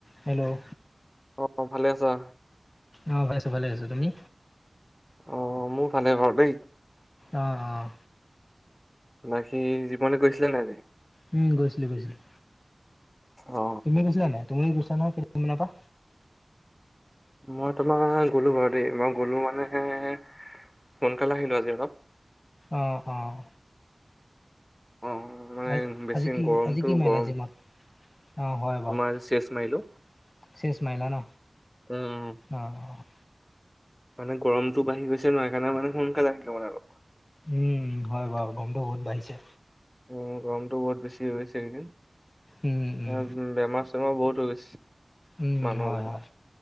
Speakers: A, on the left; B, in the centre.
A: Hello.
B: অ', অ', ভালে আছা?
A: অঁ, ভালে আছোঁ, ভালে আছোঁ। তুমি?
B: অ', মোৰ ভালে বাৰু দেই।
A: অঁ, অঁ।
B: বাকী, জীমলে গৈছিলা নাই আজি?
A: উম, গৈছিলোঁ, গৈছিলোঁ।
B: অ
A: তুমি গৈছিলা নাই? তুমি গৈছা নহয়, কেইদিন মানৰ পৰা।
B: মই তোমাৰ, গ'লো বাৰু দেই। মই গ'লো মানে সোনকালে আহিলোঁ আজি অলপ।
A: অঁ, অঁ।
B: অ মানে
A: আজ,
B: বেছি
A: আজি কি
B: গৰমটো
A: আজি কি মাৰিলা
B: গৰম
A: জিমত? অ', হয়
B: তোমাৰ
A: বাৰু।
B: চেচ মাৰিলো
A: চেঞ্জ মাৰিলা ন?
B: উম
A: অ', অ'।
B: মানে গৰমটো বাঢ়ি গৈছে ন, সেইকাৰণে মানে সোনকালে আহিব লাগে আৰু।
A: উম, উম, হয় বাৰু গৰমটো বহুত বাঢ়িছে।
B: উম, গৰমটো বহুত বেছি হৈছে এইকেইদিন।
A: উম উম
B: বেমাৰ চেমাৰ বহুত হৈ গৈছে।
A: উম,
B: মানুহবোৰৰ
A: হয়, হয়।